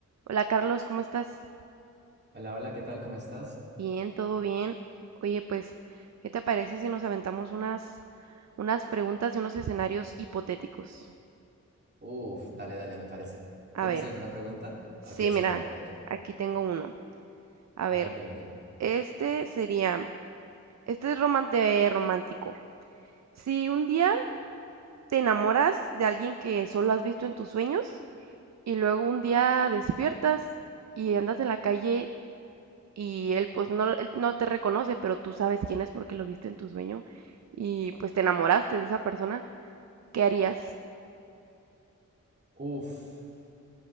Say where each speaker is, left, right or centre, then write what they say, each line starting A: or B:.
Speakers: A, on the right (about 60°); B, on the right (about 35°).
A: Hola Carlos, ¿cómo estás?
B: Hola, hola, ¿qué tal? ¿Cómo estás?
A: Bien, todo bien. Oye, pues, ¿qué te parece si nos aventamos unas, unas preguntas y unos escenarios hipotéticos?
B: Uf, dale, dale, me parece.
A: A
B: ¿Tienes
A: ver,
B: alguna pregunta
A: sí,
B: o quieres
A: mira,
B: que te haga una yo?
A: aquí tengo uno. A
B: A
A: ver,
B: ver, dime, dime.
A: este sería, este es roman- de romántico. Si un día te enamoras de alguien que solo has visto en tus sueños y luego un día despiertas y andas en la calle y él pues no, él no te reconoce, pero tú sabes quién es porque lo viste en tu sueño y pues te enamoraste de esa persona, ¿qué harías?
B: Uf,